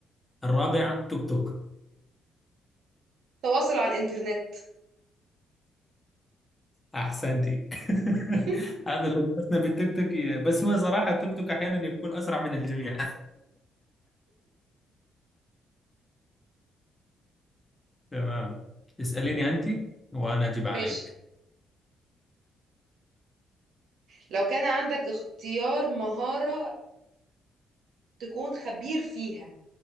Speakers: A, on the left (about 15°); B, on the right (about 75°).
A: الرابع توك توك
B: تواصل على الإنترنت
A: أحسنتي <laughs>
B: <laughs>
A: هذا لو جلسنا بالتوك توك ي- بس هو صراحة التوك توك أحيانا يكون أسرع من الجميع <laughs> تمام اسأليني أنت وأنا أجيب
B: ماشي
A: عليك
B: لو كان عندك اختيار مهارة تكون خبير فيها